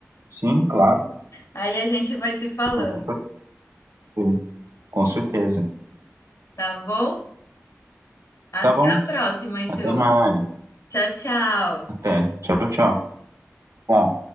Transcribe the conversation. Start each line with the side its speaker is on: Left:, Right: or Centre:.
Right: Sim, claro.
Left: Aí a gente vai se falando,
Right: Sim, Com certeza. Com certeza.
Left: tá bom? Até
Right: Tá bom.
Left: a próxima, então.
Right: Até mais.
Left: Tchau, tchau.
Right: Até. Tchau, tchau. Tá.